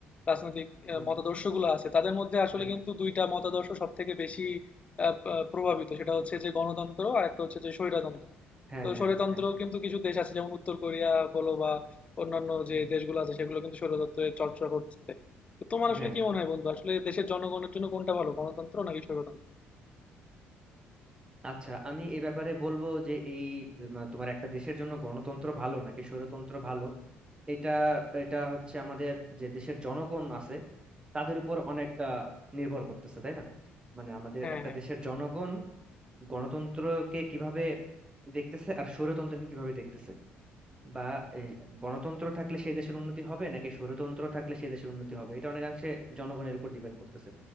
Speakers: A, on the left; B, on the right.
A: রাজনৈতিক
B: হুম,
A: মতাদর্শ গুলো আছে তাদের মধ্যে আসলে
B: হ্যাঁ
A: কিন্তু দুইটা মতাদর্শ সব থেকে বেশি আহ, আহ, প্রভাবিত সেটা হচ্ছে যে গণতন্ত্র আর একটা হচ্ছে যে স্বৈরতন্ত্র
B: হ্যাঁ
A: তো
B: হ্যাঁ
A: স্বৈরতন্ত্র
B: হ্যাঁ
A: কিন্তু কিছু দেশ আছে যেমন উত্তর কোরিয়া বলো বা অন্যান্য
B: হুম,
A: যে দেশগুলো আছে সেগুলো কিন্তু স্বৈরতন্ত্রের চর্চা করছে তো তোমার আসলে
B: হ্যাঁ
A: কি মনে হয় বন্ধু আসলে দেশের জনগণের জন্য কোনটা ভালো গণতন্ত্র নাকি স্বৈরতন্ত্র
B: আচ্ছা আমি এই ব্যাপারে বলবো যে এই উম, তোমার একটা দেশের জন্য গণতন্ত্র ভালো নাকি স্বৈরতন্ত্র ভালো এটা এটা হচ্ছে আমাদের যে দেশের জনগণ আছে তাদের উপর অনেকটা নির্ভর করতেছে তাই না মানে আমাদের
A: হ্যাঁ
B: একটা
A: হ্যাঁ
B: দেশের জনগণ গণতন্ত্রকে কিভাবে দেখতেছে আর স্বৈরতন্ত্রকে কিভাবে দেখতেছে বা এই গণতন্ত্র থাকলে সেই দেশের উন্নতি হবে নাকি স্বৈরতন্ত্র থাকলে সেই দেশের উন্নতি হবে এটা অনেকাংশে জনগণের উপর ডিপেন্ড করতেছে